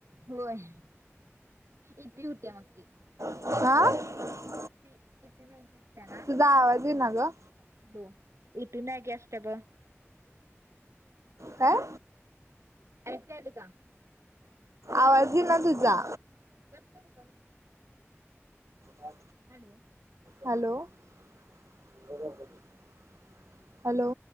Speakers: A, on the right (about 70°); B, on the right (about 90°).
A: होय इ पि ुट्या मक्ली
B: आं.
A: इपि इपि मेनचस्ना
B: तुझा आवाज आहे ना ग.
A: हॅलो इ पिमॅगे असष्ट ब
B: आ.
A: ऐकू आले का
B: आवाज येईना
A: हॅलो
B: तुझा
A: क करू का मी
B: अ
A: हॅलो,
B: हॅलो, ह हॅलो,